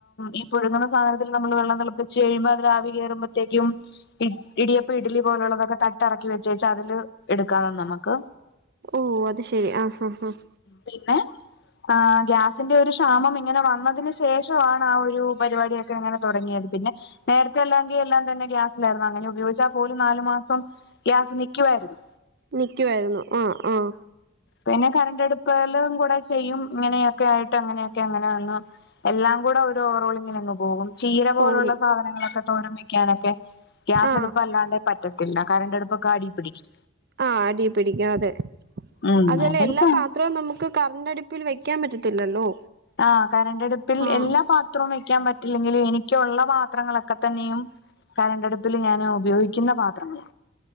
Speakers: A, on the left; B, on the right.
A: ഈ പുഴുങ്ങണ സാധനത്തിലു നമ്മള് വെള്ളം തിളപ്പിച്ച് കഴിയുമ്പോ അതില് ആവി കയറുമ്പത്തേക്കും ഇ ഇടിയപ്പം ഇഡലി പോലുള്ളതൊക്കെ തട്ട്റക്കി വെച്ചേച്ച് അതില് എടുക്കാ നമക്ക്
B: ഓ അത് ശെരി ആഹ ആഹ ആഹ
A: പിന്നെ ആ ഗ്യാസിന്റെ ഒരു ക്ഷാമം ഇങ്ങനെ വന്നതിന് ശേഷമാണ് ആ ഒരു പരിപാടിയൊക്കെങ്ങനെ തുടങ്ങിയത് പിന്നെ നേരത്തെ അല്ലാെങ്കിൽ എല്ലാം തന്നെ ഗ്യാസിലായിരുന്നു അങ്ങനെ ഉപയോഗിച്ചാൽ പോലും നാലു മാസം ഗ്യാസ് നിക്കുവാരുന്നു
B: നിക്കുവായിരുന്നു. ആ, ആ
A: പിന്നെ കറണ്ട്ടുപ്പെലും കൂടെ ചെയ്യും ഇങ്ങനെയൊക്കെ ആയിട്ട് അങ്ങനെയൊക്കെ അങ്ങനെ വന്ന്. എല്ലാം കൂടെ ഒരു ഓവറോളിങ്ങിലങ്ങ് പോകും ചീര. പോലുള്ള
B: പോവുന്നു
A: സാധനങ്ങളൊക്കെ തോരൻ വെക്കനൊക്കെ ഗ്യാസ്
B: ആ
A: അടുപ്പ് അല്ലാണ്ട് പറ്റ്. റ്റത്തില്ല കരണ്ടടുപ്പൊക്കേ അടി പിടിക്കും.
B: ആഹ് അടി പിടിക്കും അതെ
A: ഉം
B: അതുല്ല
A: അതൊക്കെ
B: എല്ലാ പാ ത്രോം നമുക്ക് കറണ്ട് അടുപ്പിൽ വെക്കാൻ പറ്റത്തില്ലല്ലോ.
A: ആഹ് കറണ്ടടുപ്പിൽ
B: ആഹ്
A: എല്ലാ പ ത്രോം വെക്കാൻ പറ്റില്ലെങ്കിലും എനിക്കുള്ള പാത്രങ്ങളൊക്കെ തന്നെയും. കറണ്ടടുപ്പില് ഞാന് ഉപയോഗിക്കുന്ന പാത്രങ്ങള.